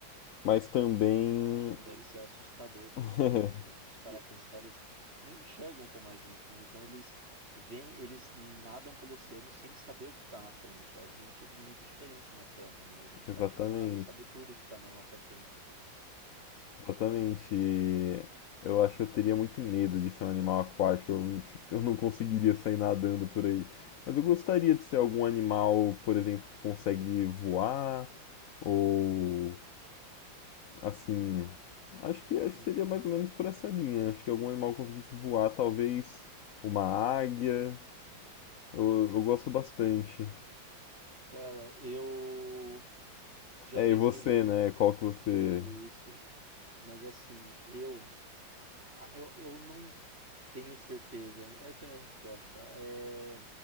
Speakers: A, on the left; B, on the right.
A: mas também
B: Nossa, deve ser assustador, porque
A: <laughs>
B: eles, eh, se parar pra pensar, eles não enxergam como a gente, né? Então eles veem, eles nadam pelo oceano sem saber o que tá na frente. A gente é de- muito diferente na Terra, né? A gente
A: Exatamente.
B: tá acostumado a saber tudo o que tá na nossa frente.
A: Exatamente. E Eu acho que eu teria muito medo de ser um animal aquático. Eu, <laughs> eu não conseguiria sair nadando por aí. Mas eu gostaria de ser algum animal, por exemplo, que consegue voar ou assim. Acho que acho
B: Hum,
A: que seria mais ou menos por essa linha. Acho que algum animal conseguisse voar, talvez uma águia. Eu, eu gosto bastante.
B: cara, eu já
A: É,
B: pensei
A: e você,
B: muito
A: né? Qual que você?
B: sobre isso, mas assim, eu, ah, eu, eu não Tenho certeza. Essa é a minha resposta. É